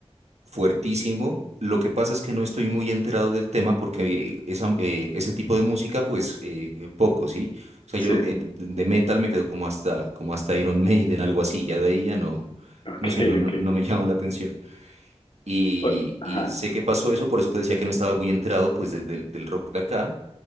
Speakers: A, on the right; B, on the left.
A: fuertísimo. Lo que pasa es que no estoy muy enterado del tema porque eh, esa- eh, ese tipo de música, pues eh, poco, ¿sí? O sea,
B: sí,
A: yo
B: <laughs>
A: eh, de metal me quedo como hasta, como hasta Iron Maiden, algo así, ya de ahí ya no,
B: ok,
A: no sé, no,
B: ok.
A: no no me <laughs> llama la atención. Y,
B: O- Ajá,
A: y sé que pasó eso, por eso te decía que no estaba muy enterado pues de- del del rock de acá,